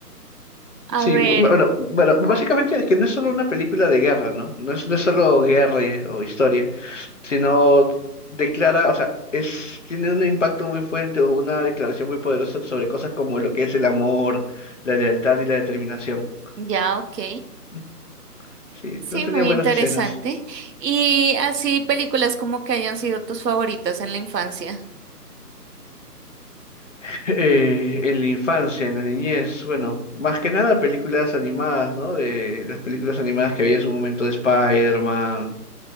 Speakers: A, on the right; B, on the left.
A: A
B: Sí,
A: ver,
B: bu- bueno, bueno, básicamente es que no es solo una película de guerra, ¿no? No es, no es solo guerra y- o historia, sino declara, o sea, es, tiene un impacto muy fuerte o una declaración muy poderosa sobre cosas como lo que es el amor, la lealtad y la determinación.
A: ya, ok.
B: Mm, Sí, esto
A: Sí,
B: tenía
A: muy
B: buenas
A: interesante.
B: escenas.
A: Y así películas como que hayan sido tus favoritas en la infancia.
B: <laughs> Eh, en la infancia, en la niñez, bueno, más que nada películas animadas, ¿no? De las películas animadas que había en su momento de Spider-Man,